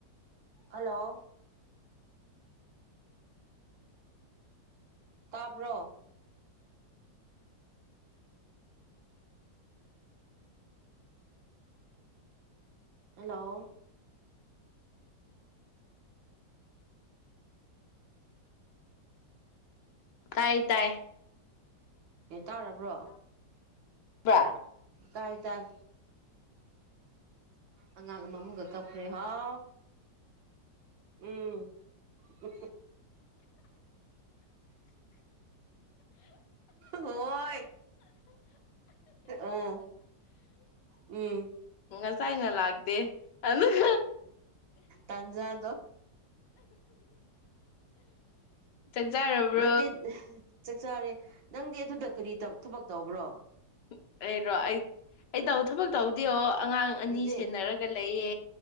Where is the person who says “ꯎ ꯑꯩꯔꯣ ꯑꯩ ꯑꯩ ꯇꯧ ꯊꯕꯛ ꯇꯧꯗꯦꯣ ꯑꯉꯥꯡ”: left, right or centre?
Left